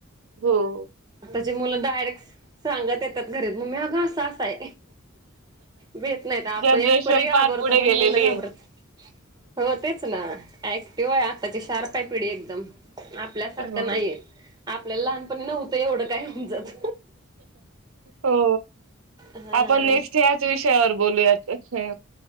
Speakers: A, on the right; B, on the right.
A: हो हो.
B: चे मुलं डायरेक्ट सांगत येतात घरी, मम्मी अगं असं असं हाय. भेत नाहीत, आपण
A: जनरेशन
B: एक परे घाबरतो
A: फार पुढे
B: पण
A: गेलेली
B: मुलं घाबरत
A: आहे.
B: हो तेच ना, ऍक्टिव आहे आताची शार्प हाय पिढी एकदम. आपल्यासारखं
A: हो
B: नाहीये, आपल्याला लहानपणी नव्हतं एवढं काय होऊन जात
A: हो
B: हा
A: आपण नेस्ट याच विषयावर बोलूयात अच्छा.